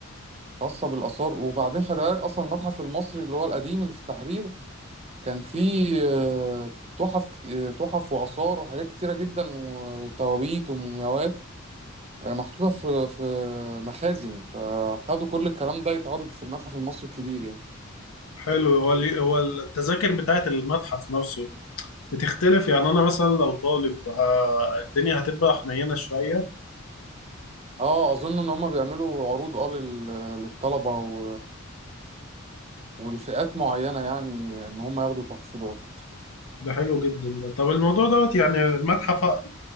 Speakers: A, on the right; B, on the left.
A: خاصة بالآثار وبعدين خلي بالك أصلا المتحف المصري اللي هو القديم اللي في التحرير كان فيه آه، تحف كت- آه، تحف وآثار وحاجات كتيرة جدا وتوابيت ومومياوات آه، محطوطة في في مخازن فخدوا كل الكلام ده يتعرض في المتحف المصري الكبير يعني
B: حلو هو اللي هو التذاكر بتاعت المتحف نفسه بتختلف يعني انا مثلا لو طالب ه- الدنيا هتبقى حنينة شوية
A: اه اظن ان هم بيعملوا عروض اه لل- للطلبه و... والفئات معينه يعني ان هم ياخدوا تخفيضات
B: ده حلو جدا ده طب الموضوع دوت يعني المتحف ه-